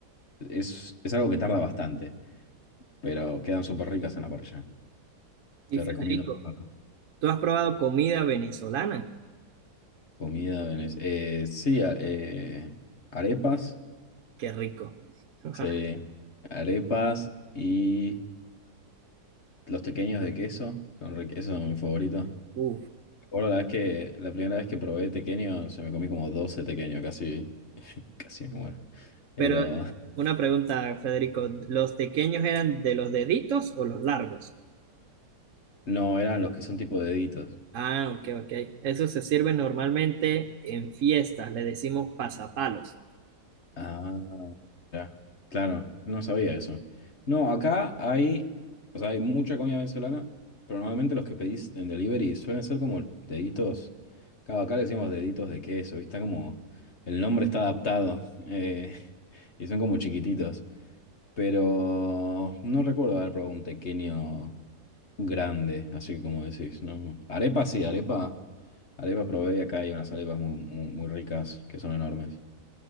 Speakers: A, on the left; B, on the right.
A: es, es algo que tarda bastante, pero quedan súper ricas en la parrilla.
B: Y
A: Te
B: Federico,
A: recomiendo probarlo.
B: ¿tú has probado comida venezolana?
A: Comida venez- eh, sí, a- eh, arepas,
B: Qué rico. <laughs>
A: sí, arepas y los pequeños de queso, son, ric- esos son mis favoritos.
B: Uf.
A: Bueno, la vez que, la primera vez que probé tequeño, se me comí como 12 tequeños, casi, <laughs> casi me muero. Pero
B: Pero una pregunta, Federico, ¿los pequeños eran de los deditos o los largos?
A: no, eran los que son tipo deditos.
B: Ah, ok, ok. Eso se sirve normalmente en fiestas, le decimos pasapalos.
A: Ah. Ya, claro, no sabía eso. No, acá hay, o sea, hay mucha comida venezolana, pero normalmente los que pedís en delivery suelen ser como deditos, claro, acá le decimos deditos de queso, ¿viste? Como el nombre está adaptado eh, <laughs> y son como chiquititos, pero no recuerdo haber probado un pequeño grande, así como decís, ¿no? Arepa sí, arepa, arepa probé y acá hay unas arepas muy, muy, muy ricas que son enormes.